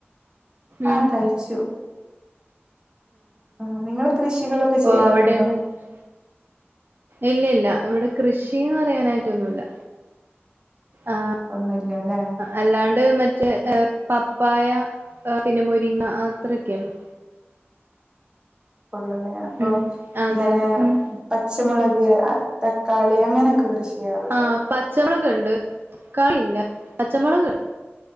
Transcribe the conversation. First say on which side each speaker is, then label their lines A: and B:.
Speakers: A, on the right; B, on the right.
A: ഉം
B: ആഹ് കഴിച്ചു. ആഹ് നിങ്ങള് കൃഷികളൊക്കെ ചെയ്യാറുണ്ടൊ?
A: ഓഹ് അവിടെന്നെ ഇല്ല ഇല്ലാ. ഇവ്ടെ കൃഷീന്ന് പറയാനായിട്ട് ഒന്നുല്ല. ആഹ്
B: ഒന്നുല്ല്യ ല്ലേ.
A: അല്ലാണ്ട് മറ്റേ പപ്പായ ഏഹ് പിന്നെ മുരിങ്ങ ആഹ് അത്രൊക്കെയൊള്ളു.
B: ഉള്ളു ലെ. അപ്പൊ
A: ഉം അതെ
B: ങ്ങനെ
A: അതെ ഉം
B: പച്ചമുളക്, തക്കാളി അങ്ങനെയൊക്കെ കൃഷി ചെയ്യാറുണ്ടോ?
A: ആഹ് പച്ചമുളക് ണ്ട്. തക്കാളി ഇല്ല. പച്ചമുളക് ട്.